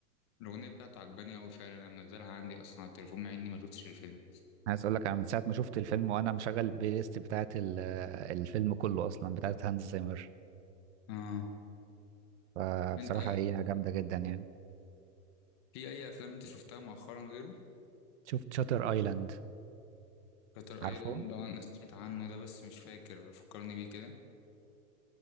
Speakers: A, on the left; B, on the right.
A: الاغنيه بتاعته عجباني قوي فعلا انا منزلها عندي اصلا على التليفون مع اني ما شفتش الفيلم
B: عايز اقول لك انا من ساعة ما شفت الفيلم وانا مشغل البلاي ليست بتاعت ال- الفيلم كله اصلا بتاعت هانز زيمر
A: اه
B: فبصراحة
A: انت
B: هي جامدة جدا يعني
A: في اي افلام انت شفتها مؤخرا غيره
B: شفت شاتر ايلاند
A: شاتر
B: عارفه
A: ايلاند اه انا سمعت عنه ده بس مش فاكر فكرني بيه كده